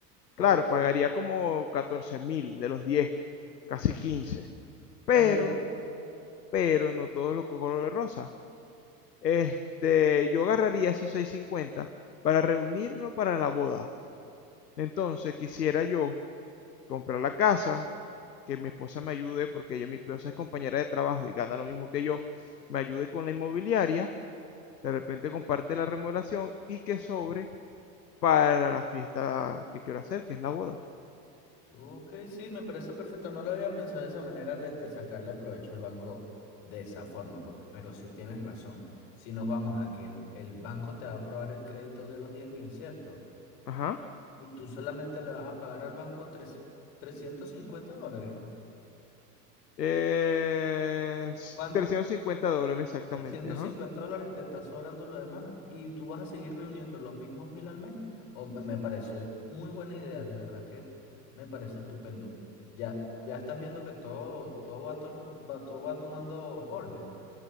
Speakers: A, on the left (about 60°); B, on the left (about 80°).
A: ok,
B: Claro, pagaría como catorce mil de los diez casi quince Pero
A: pero,
B: pero no todos los color de rosa. Este, yo agarraría esos 650 para reunirlo para la boda. Entonces quisiera yo comprar la casa, que mi esposa me ayude, porque ella, mi esposa es compañera de trabajo y gana lo mismo que yo, me ayude con la inmobiliaria, de repente comparte la remodelación y que sobre para la fiesta que quiero hacer, que es la boda.
A: ok, sí, me parece perfecto. No lo había pensado de esa manera de, de sacarle provecho al banco de esa forma, porque- pero sí tienes razón. Si nos vamos a que el, el banco te va a aprobar el crédito de los diez mil, ¿cierto?
B: Ajá.
A: Y tú solamente le vas a pagar al banco tres- 350 dólares.
B: Eh, s-
A: ¿Cuánto?
B: 350 dólares exactamente,
A: trescientos
B: ajá.
A: cincuenta dólares te está sobrando lo demás y tú vas a seguir reuniendo los mismos mil al mes. O me me pareció muy buena idea, de verdad que me parece estupendo. Ya, ya estás viendo que todo, todo va, tor- va- todo va tomando orden.